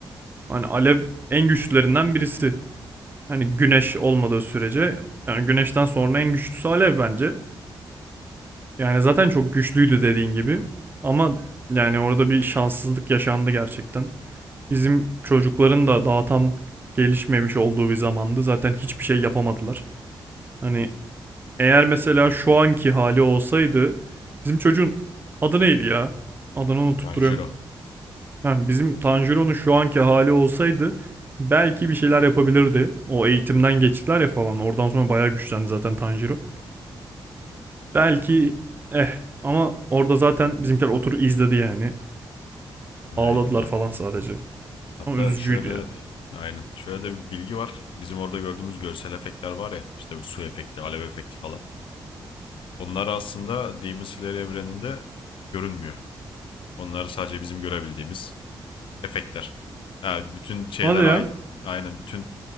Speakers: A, on the right; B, on the left.
A: Hani alev en güçlülerinden birisi. Yani güneş olmadığı sürece yani güneşten sonra en güçlüsü alev bence. Yani zaten çok güçlüydü dediğin gibi. Ama yani orada bir şanssızlık yaşandı gerçekten. Bizim çocukların da daha tam gelişmemiş olduğu bir zamandı. Zaten hiçbir şey yapamadılar. Hani eğer mesela şu anki hali olsaydı bizim çocuğun adı neydi ya? Adını unutup
B: Tanjiro.
A: duruyorum. Ha, bizim Tanjiro'nun şu anki hali olsaydı belki bir şeyler yapabilirdi. O eğitimden geçtiler ya falan. Oradan sonra bayağı güçlendi zaten Tanjiro. Belki eh ama orada zaten bizimkiler oturup izledi yani.
B: Aynen
A: Ağladılar
B: abi.
A: falan sadece.
B: Hatta
A: Ama üzücüydü
B: şöyle
A: ya.
B: aynen şöyle de bir bilgi var. Bizim orada gördüğümüz görsel efektler var ya işte bir su efekti, alev efekti falan. Onlar aslında Demon Slayer evreninde görünmüyor. Onlar sadece bizim görebildiğimiz efektler. Yani bütün şeyler
A: Hadi ya.
B: aynı, aynen bütün